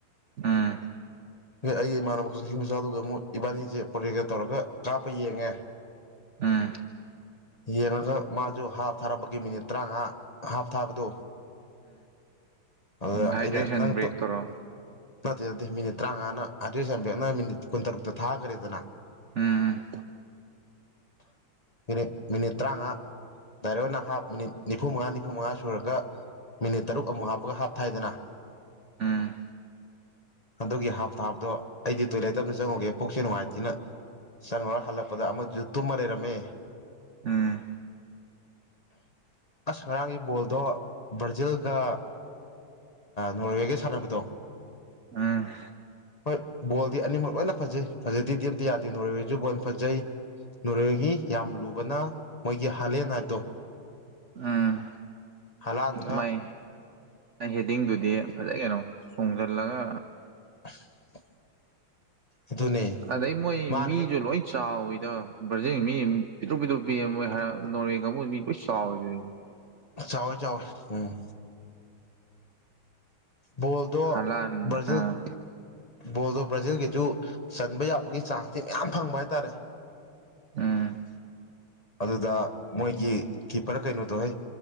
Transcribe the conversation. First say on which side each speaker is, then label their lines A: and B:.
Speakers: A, on the right; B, on the left.
A: ꯑꯝ
B: ꯑꯩꯒꯤ ꯏꯃꯥꯟꯅꯕ ꯀꯛꯆꯤꯡ ꯃꯆꯥꯗꯨ ꯑꯃꯨꯛ ꯏꯕꯥꯅꯤꯁꯦ ꯄꯣꯔꯦꯒ ꯇꯧꯔꯒ ꯀꯥꯞꯄ ꯌꯦꯡꯉꯦ
A: ꯎꯝ
B: ꯌꯦꯡꯉꯒ ꯃꯥꯁꯨ ꯍꯥꯞ ꯊꯥꯔꯛꯄꯒꯤ ꯃꯤꯅꯤꯠ ꯇꯔꯥꯃꯉꯥ ꯍꯥꯞ ꯊꯥꯕꯗꯣ ꯑꯗꯨꯗ
A: ꯎꯝ ꯍꯥꯏꯗ꯭ꯔꯦꯁꯟ
B: ꯑꯩꯅ ꯅꯪ
A: ꯕ꯭ꯔꯦꯛꯇꯨꯔꯣ
B: ꯅꯠꯇꯦ ꯅꯠꯇꯦ ꯃꯤꯅꯤꯠ ꯇꯔꯥꯃꯉꯥꯅ ꯑꯥꯗ꯭ꯔꯦꯁ ꯑꯕꯦꯛꯅ ꯃꯤꯅꯤꯠ ꯀꯨꯟꯇꯔꯨꯛꯇ ꯐꯈ꯭ꯔꯦꯗꯅ
A: ꯎꯝ
B: ꯃꯤꯅꯤ ꯃꯤꯅꯤꯠ ꯇꯔꯥꯉꯥ ꯗꯥꯏꯔꯦꯛ ꯑꯣꯏꯅ ꯍꯥꯐ ꯃꯤꯅꯤꯠ ꯅꯤꯐꯨ ꯃꯉꯥ ꯃꯅꯤꯐꯨ ꯃꯉꯥ ꯁꯨꯔꯒ ꯃꯤꯅꯤꯠ ꯇꯔꯨꯛ ꯑꯃꯨꯛ ꯍꯥꯞꯄꯒ ꯍꯥꯞ ꯊꯥꯏꯗꯅ
A: ꯎꯝ
B: ꯑꯗꯨꯒꯤ ꯍꯥꯞ ꯊꯥꯕꯗꯣ ꯑꯩꯗꯤ ꯇꯣꯏꯂꯦꯠꯇ ꯑꯃꯝꯇ ꯆꯪꯉꯨꯒꯦ ꯄꯨꯛꯁꯦ ꯅꯨꯡꯉꯥꯏꯇꯦꯅ ꯆꯪꯉꯨꯔ ꯍꯜꯂꯛꯄꯗ ꯑꯃꯗꯨꯁꯨ ꯇꯨꯝꯃ ꯂꯩꯔꯝꯃꯦ
A: ꯎꯝ
B: ꯑꯁ ꯉꯔꯥꯡꯒꯤ ꯕꯣꯜꯗꯣ ꯕ꯭ꯔꯥꯖꯤꯜꯒ ꯅꯣꯔꯋꯦꯒꯤ ꯁꯥꯟꯅꯕꯗꯣ
A: ꯑꯝ
B: ꯍꯣꯏ ꯕꯣꯜꯗꯤ ꯑꯅꯤꯃꯛ ꯂꯣꯏꯅ ꯐꯖꯩ ꯐꯖꯗꯦꯗꯤ ꯑꯝꯇ ꯌꯥꯗꯦ ꯅꯣꯏ ꯑꯣꯏꯔꯁꯨ ꯕꯣꯜ ꯐꯖꯩ ꯅꯣꯔꯦꯒꯤ ꯌꯥꯝ ꯂꯨꯕꯅ ꯃꯣꯏꯒꯤ ꯍꯥꯂꯦꯟ ꯍꯥꯏꯕꯗꯣ
A: ꯑꯝ
B: ꯍꯂꯥꯟꯗꯨꯅ
A: ꯃꯥꯏ ꯍꯦꯗꯤꯡꯗꯨꯗꯤ ꯐꯖꯩ ꯀꯩꯅꯣ ꯆꯣꯡꯖꯜꯂꯒ
B: <inaudible> ꯑꯗꯨꯅꯦ
A: ꯑꯗ ꯃꯣꯏ
B: ꯃꯥꯅ
A: ꯃꯤꯁꯨ
B: ꯍꯦꯛ
A: ꯂꯣ ꯆꯥ ꯗ ꯕ꯭ꯔꯥꯖꯤꯟ ꯃꯤ ꯄꯤꯊꯣꯛ ꯄꯤꯊꯣꯛ ꯄꯤ ꯃꯣꯏ ꯅꯣꯔꯋꯦꯒꯕ ꯃꯤ ꯂꯣꯏ ꯆꯥꯎꯋꯦꯗꯨꯗꯤ
B: ꯆꯥꯎꯋꯣꯏ ꯆꯋꯣꯏ ꯎꯝ ꯕꯣꯜꯗꯣ
A: ꯍꯂꯥꯟ
B: ꯕ꯭ꯔꯖꯤꯜ
A: ꯑꯥ
B: ꯕꯣꯜꯗꯣ ꯕ꯭ꯔꯥꯖꯤꯜꯒꯤꯁꯨ ꯆꯟꯕ ꯌꯥꯕꯒꯤ ꯆꯥꯟꯁꯇꯤ ꯃꯌꯥꯝ ꯐꯪꯕ ꯍꯥꯏꯇꯥꯔꯦ
A: ꯑꯝ
B: ꯑꯗꯨꯗ ꯃꯣꯏꯒꯤ ꯀꯤꯞꯄꯔ ꯀꯩꯅꯣꯗꯧꯍ